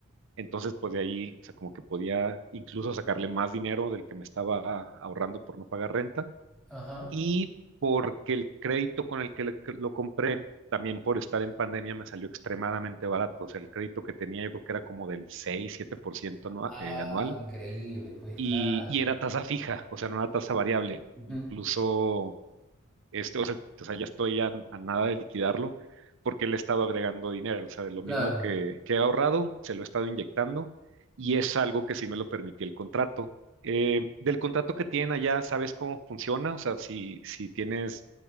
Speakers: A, on the right; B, in the centre.
A: Entonces, pues de ahí, o sea, como que podía incluso sacarle más dinero del que me estaba ahorrando por no pagar renta
B: Ajá.
A: y porque el crédito con el que le- que lo compré, también por estar en pandemia, me salió extremadamente barato. O sea, el crédito que tenía yo creo que era como del 6, 7% anua-
B: Ah,
A: eh, anual
B: increíble, pues
A: y,
B: claro.
A: y era tasa fija, o sea, no era tasa variable.
B: Ujú,
A: Incluso este, o sea, o sea, ya estoy a, a nada de liquidarlo porque le he estado agregando dinero, o sea, de lo
B: Claro.
A: mismo que, que he ahorrado, se lo he estado inyectando y es algo que sí me lo permitió el contrato. Eh, del contrato que tienen allá, ¿sabes cómo funciona? O sea, si, si tienes,